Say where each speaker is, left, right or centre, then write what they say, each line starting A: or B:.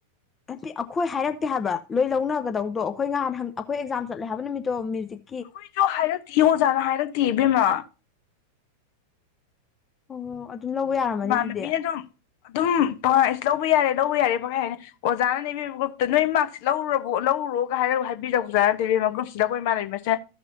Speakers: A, on the left (about 20°); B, on the left (about 45°).
A: ꯅꯠꯇꯦ ꯑꯩꯈꯣꯏ ꯍꯥꯏꯔꯛꯇꯦ ꯍꯥꯏꯕ ꯂꯣꯏ ꯂꯧꯅꯒꯗꯧꯗꯣ ꯑꯩꯈꯣꯏ ꯅꯍꯥꯟ ꯑꯩꯈꯣꯏ ꯑꯦꯛꯖꯥꯝ ꯆꯠꯂꯦ ꯍꯥꯏꯕ ꯅꯨꯃꯤꯠꯇꯣ ꯃ꯭ꯌꯨꯖꯤꯛ
B: ꯑꯩꯈꯣꯏꯁꯨ ꯍꯥꯏꯔꯛꯇꯦ ꯑꯣꯖꯥꯅ ꯍꯥꯏꯔꯛꯇꯦ ꯏꯕꯦꯝꯃꯥ
A: ꯑꯣ ꯑꯗꯨ ꯑꯗꯨꯝ ꯂꯧꯕ ꯌꯥꯔꯝꯃꯅꯤ
B: ꯏꯃꯥꯟꯅꯕꯤꯅ
A: ꯑꯗꯨꯗꯤ
B: ꯑꯗꯨꯝ ꯑꯗꯨꯝ ꯐꯉꯥꯏ ꯂꯧꯕ ꯌꯥꯔꯦ ꯂꯧꯕ ꯌꯥꯔꯦ ꯐꯪꯉꯥꯏ ꯍꯥꯏꯅꯤ ꯑꯣꯖꯥꯅ ꯅꯦꯕꯤꯔꯤꯕ ꯒ꯭ꯔꯨꯞꯇ ꯅꯣꯏ ꯃꯥꯔꯛꯁꯤꯠ ꯂꯧꯔꯔꯕꯣ ꯂꯧꯔꯨꯔꯣꯒ ꯍꯥꯏꯔꯒ ꯍꯥꯏꯕꯤꯔꯛ ꯑꯣꯖꯥꯅ ꯅꯦꯕꯤꯝꯕ ꯒ꯭ꯔꯨꯞꯁꯤꯗ ꯑꯩꯈꯣꯏ ꯏ ꯃꯥꯟꯅꯩ ꯃꯁꯦ